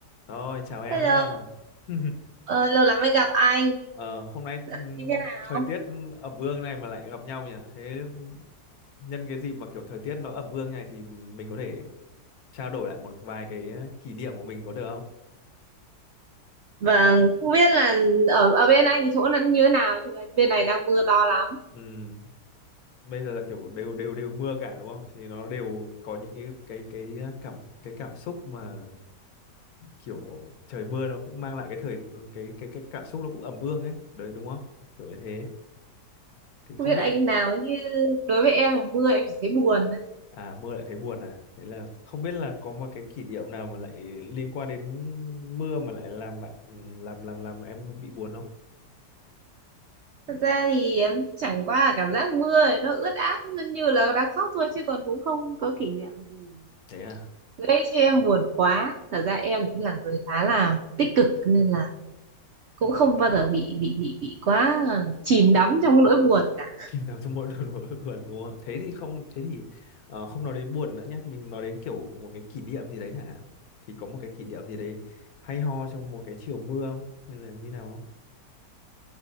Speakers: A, on the left; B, on the right.
A: Rồi, chào em
B: Hello,
A: nhá. <laughs>
B: ờ, lâu lắm mới gặp anh.
A: Ờ, hôm nay
B: Dạo
A: ừm,
B: như thế nào?
A: thời tiết ẩm ương này mà lại gặp nhau nhỉ? Thế nhân cái dịp mà kiểu thời tiết nó ẩm ương này thì mình có thể trao đổi lại một vài cái ờ, kỷ niệm của mình có được không?
B: Vâng, không biết là ở ở bên anh thì chỗ nó như thế nào, chứ bên này đang mưa to lắm.
A: Ừm, bây giờ là kiểu đều đều đều mưa cả đúng không? Thì nó đều có những cái cái cái ờ, cảm cái cảm xúc mà kiểu trời mưa nó cũng mang lại cái thời ừ, cái cái cái cảm xúc nó cũng ẩm ương ấy, đấy đúng không? Kiểu như thế. Thì không
B: Không biết
A: biết
B: anh nào chứ đối với em là mưa em chỉ thấy buồn thôi.
A: À mưa lại thấy buồn à? Thế là không biết là có một cái kỷ niệm nào mà lại liên quan đến mưa mà lại làm bạn làm làm làm em bị buồn không?
B: Thật ra thì em chẳng qua là cảm giác mưa thì nó ướt át nó như là đang khóc thôi chứ còn cũng không có kỷ niệm gì
A: Thế à?
B: gây cho em buồn quá. Thật ra em cũng là người khá là tích cực nên là cũng không bao giờ bị bị bị bị quá ờ, chìm đắm trong cái nỗi buồn
A: <laughs>
B: cả.
A: Kỷ niệm nào trong mỗi đồ đồ- <laughs> buồn đúng không? Thế thì không thế thì ờ, không nói đến buồn nữa nhá thì mình nói đến kiểu một cái kỷ niệm gì đấy chẳng hạn. Thì có một cái kỷ niệm gì đấy hay ho trong một cái chiều mưa không? Hay là như nào không?